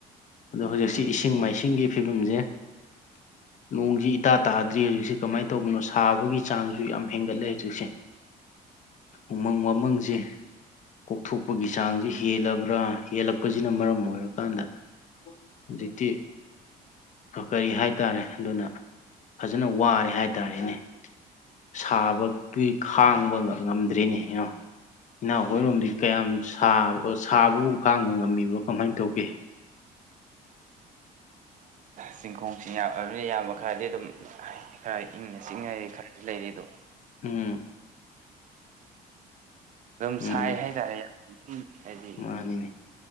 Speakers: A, on the left (about 45°); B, on the right (about 50°).
A: ꯑꯗꯣ ꯍꯧꯖꯤꯛꯁꯤ
B: ꯎꯝ
A: ꯏꯁꯤꯡ ꯃꯥꯏꯁꯤꯡꯒꯤ ꯐꯤꯕꯝꯁꯦ ꯅꯣꯡꯁꯤ ꯏꯇꯥ ꯇꯥꯗ꯭ꯔꯤ ꯍꯧꯖꯤꯛꯁꯦ ꯀꯃꯥꯏꯅ ꯇꯧꯕꯅꯣ ꯁꯥꯕꯒꯤ ꯆꯥꯡꯁꯨ ꯌꯥꯝ ꯍꯦꯟꯒꯠꯂꯦ ꯍꯧꯖꯤꯛꯁꯦ ꯎꯃꯪ ꯋꯥꯃꯪꯁꯦ ꯀꯣꯛꯊꯣꯛꯄꯒꯤ ꯆꯥꯡꯁꯤ ꯍꯦꯜꯂꯕ꯭ꯔꯥ ꯍꯦꯜꯂꯛꯄ ꯄꯁꯤꯅ ꯃꯔꯝ ꯑꯣꯏꯔꯀꯥꯟꯗ ꯍꯧꯖꯤꯛꯇꯤ ꯀꯔꯤ ꯍꯥꯏꯇꯥꯔꯦ ꯑꯗꯨꯅ ꯐꯖꯅ ꯋꯥꯔꯦ ꯍꯥꯏꯇꯥꯔꯦꯅꯦ ꯁꯥꯕꯒꯤ ꯈꯥꯡꯕ ꯉꯝꯗ꯭ꯔꯦ ꯅꯦ ꯏꯅꯥꯎ ꯏꯅꯥꯎꯈꯣꯏꯔꯣꯝꯗꯤ
B: ꯎꯝ
A: ꯀꯌꯥꯝ ꯁꯥꯕ ꯁꯥꯕꯕꯨ ꯀꯥꯡꯥꯡꯕ ꯉꯝꯃꯤꯕ꯭ꯔꯣ ꯀꯃꯥꯏꯅ ꯇꯧꯒꯦ
B: ꯆꯤꯡꯈꯣꯡ ꯆ ꯌꯥꯕ ꯈꯔꯗꯤ ꯑꯗꯨꯝ ꯈꯔ ꯏꯪꯅ ꯆꯤꯅꯔꯤ ꯈꯔ ꯂꯩꯔꯤꯗꯣ
A: ꯎꯝ
B: ꯑꯗꯨꯝ
A: ꯎꯝ
B: ꯁꯥꯏ ꯍꯥꯏꯇꯥꯔꯦ ꯌꯥꯝ ꯍꯥꯏꯗꯤ
A: ꯃꯥꯅꯤꯅꯦ